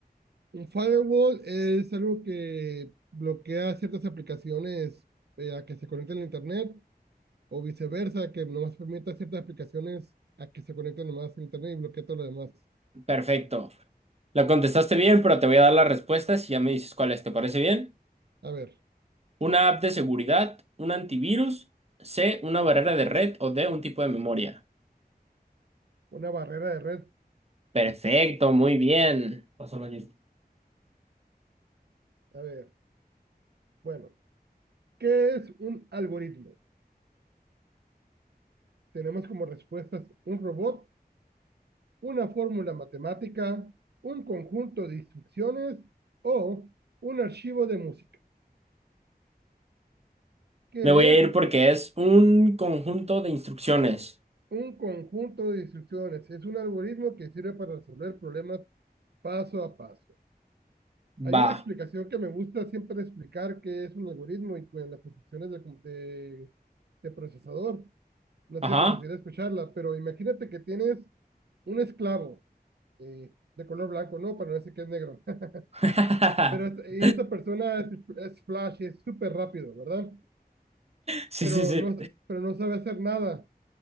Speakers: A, on the right; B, on the right.
A: Un firewall es algo que bloquea ciertas aplicaciones eh, a que se conecten a Internet o viceversa, que nomás permite a ciertas aplicaciones a que se conecten nomás a Internet y bloquea todo lo demás.
B: Perfecto. La contestaste bien, pero te voy a dar las respuestas y ya me dices cuáles. ¿Te parece bien?
A: A ver,
B: Una app de seguridad, un antivirus, C, una barrera de red o D, un tipo de memoria.
A: una barrera de red.
B: Perfecto, muy bien. Pásalo allí.
A: A ver, bueno, ¿qué es un algoritmo? Tenemos como respuestas un robot, una fórmula matemática, un conjunto de instrucciones o un archivo de música. ¿Qué
B: Me voy a
A: es
B: ir porque es un conjunto de instrucciones.
A: un conjunto de instrucciones? Es un algoritmo que sirve para resolver problemas paso a paso. Hay
B: Va.
A: una explicación que me gusta siempre explicar que es un algoritmo y con las instrucciones de, de- de procesador. No
B: Ajá.
A: sé si te gustaría escucharla, pero imagínate que tienes un esclavo eh, de color blanco, no, para no decir que es negro. <laughs>
B: <laughs>
A: Pero es- y esta persona es, es flash, es súper rápido, ¿verdad?
B: Sí,
A: Pero
B: sí, sí.
A: no, pero no sabe hacer nada.